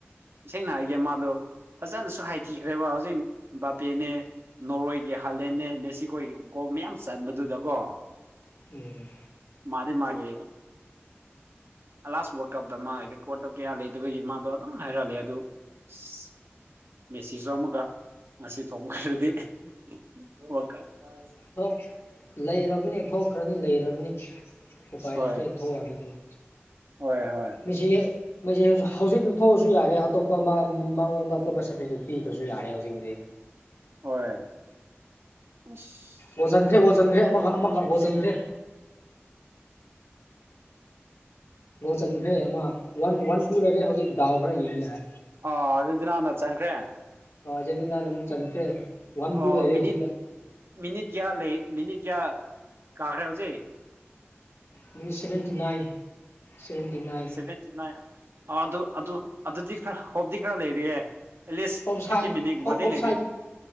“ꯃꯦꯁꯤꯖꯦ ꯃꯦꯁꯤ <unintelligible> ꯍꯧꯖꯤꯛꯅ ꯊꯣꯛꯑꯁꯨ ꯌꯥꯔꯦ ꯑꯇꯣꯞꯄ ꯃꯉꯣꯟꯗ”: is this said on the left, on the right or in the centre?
Left